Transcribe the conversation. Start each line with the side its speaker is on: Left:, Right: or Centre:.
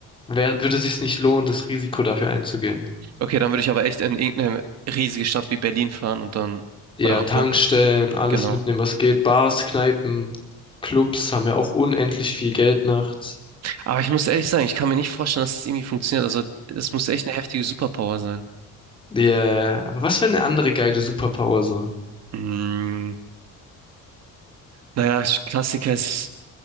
Left: wär, wär- würde sich's nicht lohnen, das Risiko dafür einzugehen.
Right: Okay, dann würde ich aber echt in irgendeine riesige Stadt wie Berlin fahren und dann,
Left: Ja,
Right: oder Hamburg,
Left: Tankstellen, alles
Right: genau.
Left: mitnehmen, was geht. Bars, Kneipen, Clubs haben ja auch unendlich viel Geld nachts.
Right: Aber ich muss ehrlich sagen, ich kann mir nicht vorstellen, dass das irgendwie funktioniert. Also, es muss echt eine heftige Superpower sein.
Left: Ja, aber was wäre eine andere geile Superpower so?
Right: Mm, naja, Klassiker ist